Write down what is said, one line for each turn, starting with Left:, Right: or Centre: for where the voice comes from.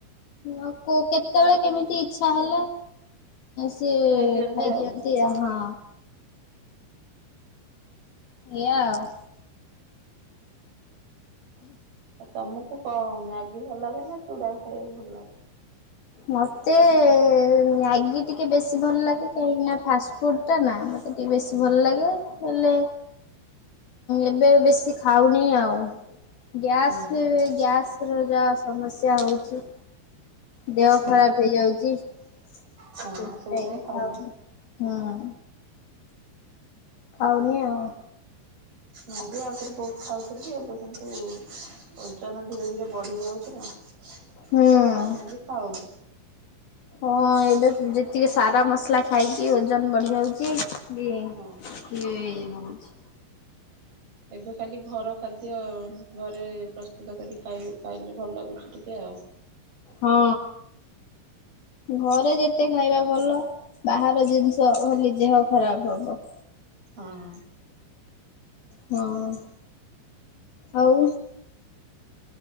Left: ଆ କ କେତେବେଳେ କେମିତି ଇଚ୍ଛା ହେଲେ। ସିଏ
Right: ଖାଇଦିଅନ୍ତି
Left: ଖାଇଦିଅନ୍ତି
Right: ଆଉ।
Left: ଅ ହଁ। ଏଇଆ ଆଉ।
Right: ଆଉ ତମକୁ କ ମାଗି ଭଲ ଲାଗେ ନା ଚୁଡ଼ାକୁ ଖାଇବାକୁ ଭଲ ଲାଗେ।
Left: ମତେ। ମାଗି ଟିକେ ଟିକେ ବେଶୀ ଭଲ ଲାଗେ କାହିଁକି ନା ଫାଷ୍ଟଫୁଡ ଟା ନା। ମତେ ଟିକେ ବେଶୀ
Right: ହୁଁ।
Left: ଭଲ ଲାଗେ ।ହେଲେ ଏବେ ବେଶୀ ଖାଉନି ଆଉ ଗ୍ୟାସ
Right: ହୁଁ
Left: ଗ୍ୟାସ ର ଯା ସମସ୍ୟା ହଉଛି। ଦେହ ଖରାପ
Right: ଓହୋ
Left: ହେଇଯାଉଛି। ସେ
Right: ହଁ ସେଇଥିପାଇଁ
Left: ସେଇ
Right: ଖାଉନ
Left: ହଉ ହୁଁ। ଖାଉନି ଆଉ।
Right: ମୁଁ ବି ଆଗରୁ ବହୁତ ଖାଉଥିଲି। ଏବେ କିନ୍ତୁ ଓଜନ ଧୀରେ ଧୀରେ ବଢି ଯାଉଛି ନା। ଆଉ
Left: ହୁଁ।
Right: ମୁଁ ବି ଖାଉନି।
Left: ହଁ ଏବେ ଯେତିକି ସାର ମସଲା ଖାଇକି ଓଜନ ବଢି ଯାଉଛି ବି ଏ
Right: ହଁ।
Left: ହଉଛି।
Right: ଏବେ ଖାଲି ଘର ଖାଦ୍ୟ ଘରେ ପ୍ରସ୍ତୁତ କରି ଖାଇ ଖାଇଲେ। ଭଲ ଲାଗୁଛି ଟିକେ ଆଉ।
Left: ହଁ ଘରେ ଯେତେ ଖାଇବା ଭଲ ।ବାହାର ଜିନିଷ ଖାଲି ଦେହ ଖରାପ ହବ।
Right: ହଁ।
Left: ହଁ <inaudible> ଆଉ।